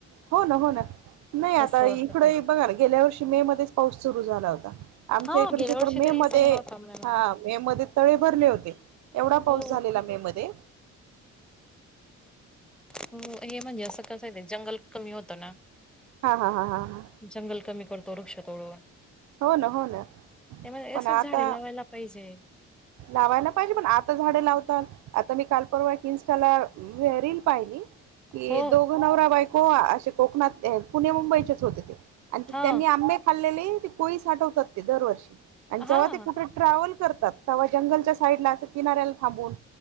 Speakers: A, on the right (about 65°); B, in the centre.
A: हो ना हो ना नाही आता
B: असं होतं
A: इकड
B: ते
A: बघा ना गेल्या वर्षी मे मध्येच. पाऊस सुरू झाला होता आमच्या
B: हा
A: इकड
B: गेल्या वर्षी
A: तर मे
B: तरी
A: मध्ये.
B: चांगला होता मॅम
A: हा मे मध्ये तळे भरले होते एवढा पाऊस
B: हो
A: झालेला मे मध्ये.
B: हो हे म्हणजे असं कसं आहे जंगल कमी होतं ना.
A: हा हा हा हा हा
B: जंगल कमी करतो वृक्ष तोडून.
A: हो ना हो ना
B: त्यामुळे
A: पण
B: अस
A: आता
B: झाडे लावायला पाहिजे.
A: लावायला पाहिजे पण आता झाडें लावता. आता मी काल परवा इन्स्टाला वे रील. पाहिली की
B: हो
A: दोघ नवरा बायको असे कोकणात पुणे मुंबईचेच होते ते. आणि
B: हा
A: त्यांनी आंबे खाल्लेले ते कोळी साठवतात ते दरवर्षी आणि
B: हा
A: जेव्हा ते कुठे ट्रॅवल. करतात ते जंगलच्या साईडला अस किनाऱ्याला थांबून